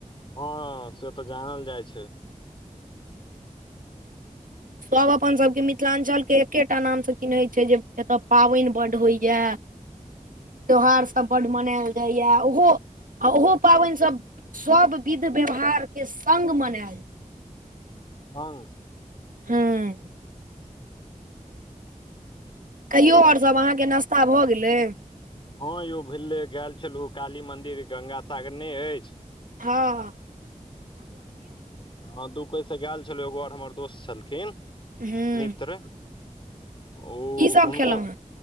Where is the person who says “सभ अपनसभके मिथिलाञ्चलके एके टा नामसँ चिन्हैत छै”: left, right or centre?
Right